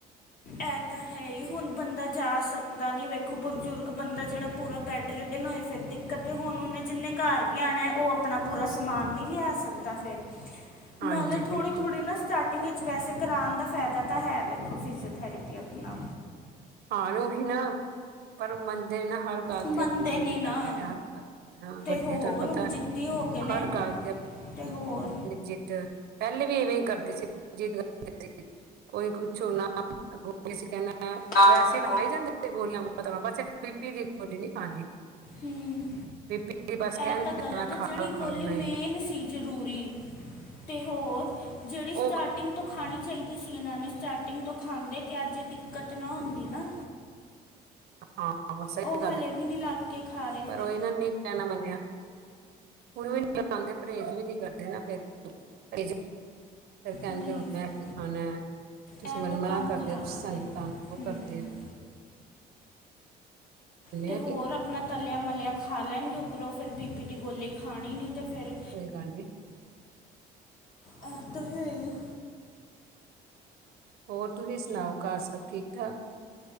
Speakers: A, on the left; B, on the right.
A: ਇਹ ਤਾਂ ਹੈ ਹੀ ਹੁਣ ਬੰਦਾ ਜਾ ਸਕਦਾ ਨਹੀਂ ਵੇਖੋ ਬਜ਼ੁਰਗ ਬੰਦਾ ਜਿਹੜਾ ਪੂਰਾ ਬੈੱਡ ਰੈਡਣ ਹੋਏ ਫਿਰ ਦਿੱਕਤ ਹੁਣ ਉਹਨੇ ਜਿੰਨੇ ਘਰ ਵੀ ਆਉਣਾ, ਉਹ ਆਪਣਾ ਪੂਰਾ ਸਮਾਨ ਨਹੀਂ ਲਿਆ ਸਕਦਾ ਫਿਰ
B: <inaudible>
A: ਨਾਲੇ ਥੋੜ੍ਹੀ
B: ਬਿਲਕੁਲ
A: -ਥੋੜ੍ਹੀ ਨਾ ਸਟਾਰਟਿੰਗ ਵਿੱਚ ਵੈਸੇ ਕਰਾਉਣ ਦਾ ਫਾਇਦਾ ਤਾਂ ਹੈ ਵੇਖੋ ਫਿਜੋ ਥੈਰੇਪੀ ਅਪਣਾ।
B: ਹਾਂ ਓਹੀ ਨਾ। ਪਰ ਮੰਨਦੇ ਨੇ ਨਾ ਹਰ ਗੱਲ
A: ਮੰਨਦੇ
B: ਤੇ ਆਪਣੀ ਜਿੱਦ
A: ਨਹੀਂ
B: ਕਰਦੇ
A: ਨਾ
B: ਨੇ ਹੁਣ, ਵੱਡੇ
A: ਹੋਰ
B: ਤੁਹਾਨੂੰ ਪਤਾ।
A: ਹੁਣ ਜਿੱਦੀ ਤੇ ਹੋ ਗਏ ਨੇ,
B: ਹਰ ਗੱਲ
A: ਤੇ ਹੋਰ
B: ਤੇ ਜਿੱਦ! ਪਹਿਲੇ ਵੀ ਇਵੇਂ ਕਰਦੀ ਸੀ, ਜਿੱਦ ਕਰ ਕੋਈ ਕੁਛੋ ਨਾ ਅਗੋ ਨੀ ਸੀ ਕਹਿਣਾ
A: ਹਾਂ,
B: ਵੈਸੇ
A: ਅੱਗੋਂ
B: ਖਾ ਹੀ ਜਾਂਦੇ ਸੀ ਗੋਲੀਆਂ, ਬਸ ਬੀਪੀ ਦੀ ਗੋਲੀ ਨੀ ਖਾਣੀ।
A: ਹੂੰ!
B: ਬੀਪੀ ਦੀ ਬਸ ਕਹਿੰਦੇ
A: ਏਹ ਤਾਂ ਗਲਤ
B: ਖਾ
A: ਐ, ਜਿਹੜੀ
B: ਲਓ ਖਾ
A: ਗੋਲੀ
B: ਲਓ ਨਹੀਂ
A: ਮੇਨ ਸੀ ਜ਼ਰੂਰੀ ਤੇ ਹੋਰ ਜਿਹੜੀ
B: ਉਹ
A: ਸਟਾਰਟ ਟਿੰਗ ਤੋਂ ਖਾਣੀ ਚਾਹੀਦੀ ਸੀ, ਇਹਨਾਂ ਨੇ ਸਟਾਰਟਿੰਗ ਤੋਂ ਖਾਂਦੇ ਤੇ ਅੱਜ ਦਿੱਕਤ ਨਾ ਹੁੰਦੀ ਨਾ।
B: ਹਾਂ ਸਹੀ
A: ਉਹ
B: ਗੱਲ
A: ਹਲੇ
B: ਹੈ ਬਿਲਕੁਲ,
A: ਵੀ ਨਹੀਂ ਲੱਗ ਕੇ ਖਾ ਰਹੇ
B: ਪਰ
A: ਫਿਰ
B: ਉਹ ਇਨਾਂ ਨੇ ਨੀ ਕਹਿਣਾ ਮੰਨਿਆ! ਹੁਣ ਵੀ ਨੀ ਖਾਦੇ ਪਰਹੇਜ਼ ਵੀ ਨੀ ਕਰਦੇ ਨਾ ਫੇਰ ਪਰਹੇ ਫਿਰ ਕਹਿਣਗੇ
A: ਨਹੀਂ
B: ਹੁਣ ਮੈਂ
A: ਫਿਰ
B: ਕੀ ਖਾਣਾ। ਤੁਸੀਂ
A: ਇਹ
B: ਮਨਮਨਾ
A: ਤਾਂ ਕੰਮ
B: ਕਰਦੇ
A: ਖਰਾਬ
B: ਹੋ, ਤੁਸੀਂ ਸਾਨੂੰ
A: ਹੈ
B: ਤੰਗ ਕਿਉਂ
A: ਹੂੰ
B: ਕਰਦੇ ਓ।
A: ਤੇ
B: ਆ
A: ਹੋਰ
B: ਕਿ
A: ਆਪਣਾ ਤਲਿਆ ਮਲਿਆ ਖਾ ਲੈਣ ਗੇ। ਪਰ ਓ ਫਿਰ ਬੀ ਪੀ ਦੀ ਗੋਲੀ ਖਾਣੀ ਨੀ ਤੇ ਫਿਰ
B: ਕਾਲ ਜੀ
A: ਐ ਤਾਂ ਹੈ ਹੀ।
B: ਹੋਰ ਤੁਸੀਂ ਸੁਣਾਓ ਘਰ ਸਭ ਠੀਕ-ਠਾਕ?